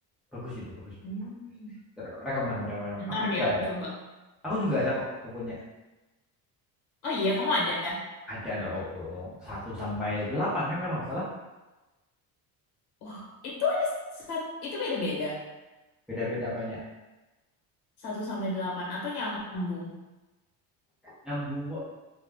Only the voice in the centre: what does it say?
bagus itu bagus bagus,
bagus. rekam rekam rekam rekam
aku juga
ada
aku juga ada kok bukunya
ada dong satu sampai delapan kan kalau nggak salah
beda beda banyak
nyambung kok